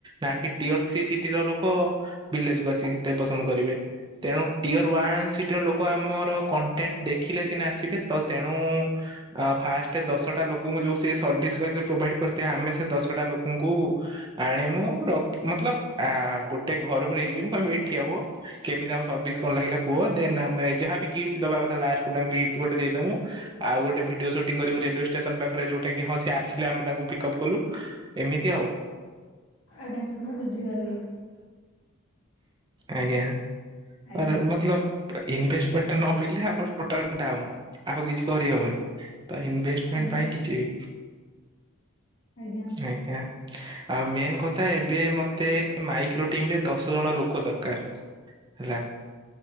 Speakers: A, on the right; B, on the left.
A: ନାକି ଟିଅର ଥ୍ରୀ ସିଟି ର ଲୋକ, ଭିଲେଜ୍ କୁୁ ଆସିକି ତେ ପସନ୍ଦ କରିବେ। ତେଣୁ ଟିଅର ୱାନ୍ ସିଟିର ଲୋ କ ଆମର କଣ୍ଟେଣ୍ଟ ଦେଖିଲେ ସିନା ଆସିବେ। ତ ତେଣୁ ଆ ଫାଷ୍ଟ ଦଶଟା ଲୋକଙ୍କୁ ଯୋଉ ସିଏ ସର୍ଭିସ କହିଥିଲେ, ପ୍ରୋଭାଇଡ୍ କରତେ, ଆମେ ସେ ଦଶଟା ଲୋକଙ୍କୁ ଆଣି ମୁଁ, ରଖ୍, ମତଲବ ଆ ଗୋଟେ ଘରକୁ ନେଇକି ଯିମୁଁ, କହିମୁ ଏଇଠି ଠିଆ ହୁଅ। କେମିତି ଆମ ସର୍ଭିସ କଣ ଲାଗିଲା କୁହ? ଦେନ୍, ଆମେ ଯାହା ବି ଗିଫ୍ଟ ଦବା କଥା ଲାଷ୍ଟକୁ ଆମେ ଗିଫ୍ଟ ଗୋଟେ ଦେଇଦମୁଁ। ଆଉ ଗୋଟେ ଭିଡିଓ ସୁଟିଂ କରିବୁ ରେଲୱେ ଷ୍ଟେସନ୍ ପାଖରେ ଯଉଟା କି, ହଁ ସିଏ ଆସିଲେ, ଆମେ ତାଙ୍କୁ ପିକଅପ୍ କଲୁ। ଏମିତି ଆଉ।
B: ଆଜ୍ଞା, ସାର୍ ମୁଁ ବୁଝିଗଲି।
A: ଆଜ୍ଞା,
B: ଆଜ୍ଞା
A: ଆର୍
B: ସାର୍
A: ମତଲବ୍ ଇନ୍ ଭେଷ୍ଟମେଣ୍ଟ ଟା ନ ବିଲ୍ଲେ ଆମର ଟୋଟାଲ୍ ଡାଉନ୍। ଆଉ କିଛି କରିହବନି। ତ ଇନ୍ଭେଷ୍ଟମେଣ୍ଟ
B: ଆଜ୍ଞା
A: ପାଇଁ
B: ସାର୍
A: କିଛି ବି
B: ଆଜ୍ଞା
A: ଆଜ୍ଞା, ଆଉ ମେନ୍ କଥା ଏବ୍ ଏବେ ମତେ ମାଇକ୍ରୋ ଟିମ୍ ରେ ଦଶ ଜଣ ଲୋକଦ କାର ହେଲା,